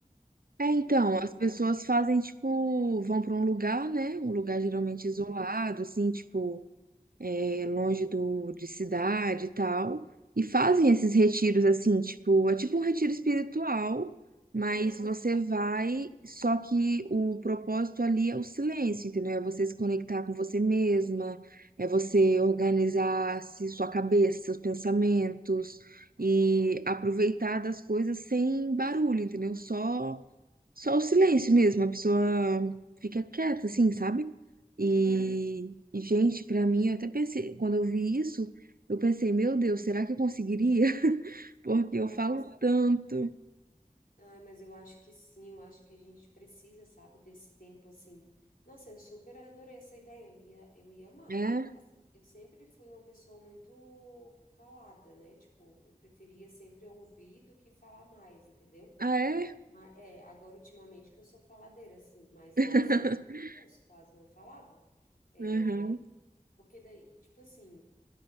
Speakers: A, on the right; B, on the left.
A: É, então,
B: mas,
A: as pessoas fazem, tipo, vão para um lugar, né? Um lugar geralmente
B: uhum.
A: isolado, assim, tipo, é, longe do, de cidade e tal. E fazem esses retiros, assim, tipo, é tipo um retiro espiritual, mas
B: Ah,
A: você
B: tá,
A: vai, só que o propósito ali é o silêncio, entendeu? É você se conectar com você mesma, é você
B: madureza,
A: organizar se- sua cabeça, seus pensamentos,
B: ah,
A: e aproveitar das coisas sem barulho, entendeu? Só. Só o silêncio
B: <laughs>
A: mesmo, a pessoa fica quieta, assim, sabe?
B: uhum.
A: E, e gente, pra mim, eu até pensei, quando eu vi isso, eu pensei, meu Deus, será que eu conseguiria? <laughs> Porque
B: Ai,
A: eu falo tanto.
B: ai mas eu acho que sim, eu acho que a gente precisa, sabe, desse tempo assim. Nossa, eu super adorei essa ideia, eu ia, eu ia amar.
A: É?
B: Assim, eu sempre fui uma pessoa muito calada, né? Tipo, eu preferia sempre ouvir do que falar mais, entendeu?
A: Ah, é?
B: Mas, é, agora ultimamente que eu sou faladeira, assim, mas
A: <laughs>
B: antes mesmo, meu Deus, quase não falava. É,
A: Aham.
B: Porque daí, tipo assim.